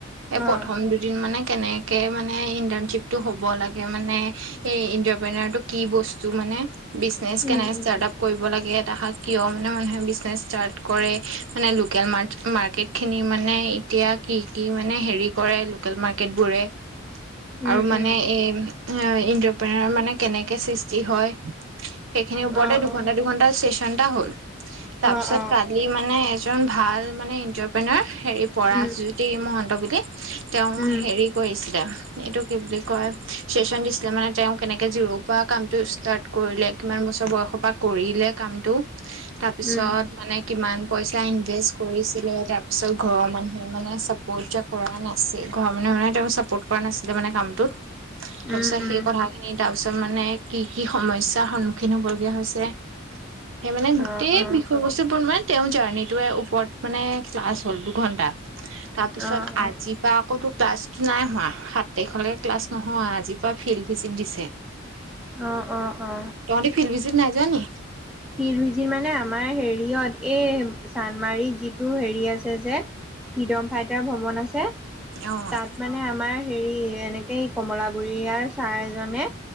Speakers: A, on the right; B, in the centre.
A: এ
B: অ
A: প্ৰথম দুদিন মানে কেনেক মানে ইণ্টাৰ্ণশ্বিপ টো হ'ব লাগে মানে এই ইণ্টাৰপ্ৰেনাৰটো কি বস্তু মানে বিজনেচ
B: উম
A: কেনেকে
B: উম
A: ষ্টাৰ্ট আপ কৰিব লাগে এটা কিয় মানে মানুহে বিজনেচ ষ্টাৰট কৰে মানে লোকেল মাৰ্কেটখিনি মানে এতিয়া কি কি মানে হেৰি কৰে। লোকেল মাৰ্কেট বোৰে
B: উম
A: আৰু মানে
B: উম
A: এই ইনটাৰপ্ৰিনাৰ মানে কেনেকে সৃচ টি হয় সেইখিনিৰ ওপৰতে
B: অ
A: দুঘন্টা
B: অ
A: দুঘন্টা চেচন এটা হ'ল তাৰপিছত
B: অ অ
A: কালি মানে এজন ভাল মানে ইণ্টাৰপ্ৰেনৰ হেৰি পৰাশজ্যোতি
B: উম
A: মহন্ত বুলি তেওঁ
B: উম
A: হেৰি কৰিছিলে এইটো কি বুলি কয় চেচন দিছিলে মানে তেওঁ কেনেকে জিৰ' প কাম টো ষ্টাৰ্ট কৰিলে কিমান বছৰ বয়সৰ পৰা কৰিলে কামটো তাৰপিছত
B: উম
A: মানে কিমান পইচা ইনভেষ্ট কৰিছিলে তাৰপিছত ঘৰৰ মানুহে মানে চাপৰ্ট যে কৰা নাছিল। ঘৰৰ মানুহে মানে তেওঁক চাপোৰ্ট কৰা নাছিলে মানে কামটোত তাৰ
B: উম
A: পিছত
B: উম
A: সেই কথাখিনি তাৰ পিছত মানে কি কি সমস্যাৰ সন্মুখীন হব লগীয়া হৈছে সেই মানে গোটেই
B: অ অ
A: বি নে তেওঁৰ জাৰ্ণিটোৰ ওপৰত মানে ক্লাছ হ'ল দুঘন্টা। তাৰপিছত
B: অ অ
A: আজি পৰা আকৌ তোৰ ক্লাছটো নাই হোৱা সাত তাৰিখলৈকে ক্লাছ নহয় আজিৰ পৰা ফিল্ড ভিজিট দিছে।
B: অহ অ অ।
A: তহঁতি ফিল্ড নাই যোৱা‌ নি?
B: ফিল্ড ভিজিট মানে আমাৰ হেৰিয়ত এই চান্মাৰিত যিটো হেৰি আছে যে ফ্ৰীডম ফাইটাৰ ভৱন আছে
A: অ',
B: তাত মানে আমাৰ হেৰি এনেকে কমলাবুৰীয়াৰ ছাৰ এজনে